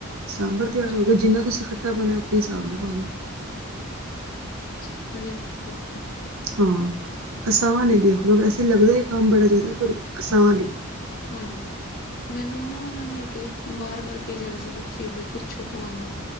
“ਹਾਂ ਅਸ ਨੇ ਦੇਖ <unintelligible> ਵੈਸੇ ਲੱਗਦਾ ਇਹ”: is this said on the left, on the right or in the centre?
Right